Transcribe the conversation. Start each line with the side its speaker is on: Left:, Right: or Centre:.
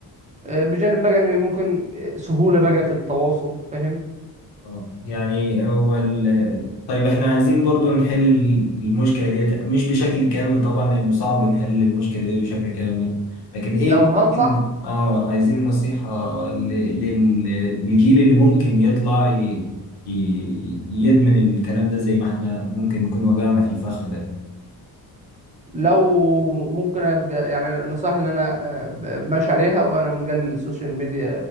Right: آه، بجانب بقى ان ممكن آه، سهولة بقى في التواصل فاهم
Left: آه. يعني هو ال... طيب احنا عايزين برضو نحل ال- المشكلة ديت مش بشكل كامل طبعا لأنه صعب نحل المشكلة دي بشكل كامل لكن ايه
Right: لو
Left: اللي
Right: هنصح
Left: ممكن اه عايزين نصيحة ل... لل... للجيل اللي ممكن يطلع ي... ي... يدمن الكلام ده زي ما احنا ممكن نكون وجعنا في الفخ ده
Right: لو ممكن ابقى يعني النصائح اللي انا آه، ب- ماشي عليها وانا مجال السوشيال ميديا